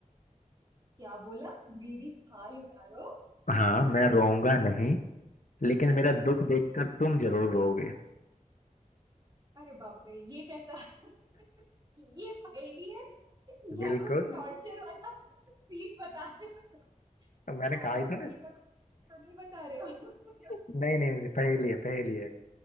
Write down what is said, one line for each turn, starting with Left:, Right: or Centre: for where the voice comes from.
Right: क्या बोला मेरी खाल उतारो
Left: हाँ मैं रोऊंगा नहीं लेकिन मेरा दुख
Right: अच्छा
Left: देखकर तुम जरूर रोओगे
Right: अरे बाप रे ये कैसा <laughs> ये पहेली है या
Left: बिल्कुल
Right: कोई टॉर्चर वाला सीन बता रहे हो तो
Left: मैंने
Right: छावा
Left: कहा ही था
Right: मूवी
Left: ना
Right: का कोई scene तो नहीं बता रहे हो
Left: नहीं नहीं नहीं पहेली है पहेली है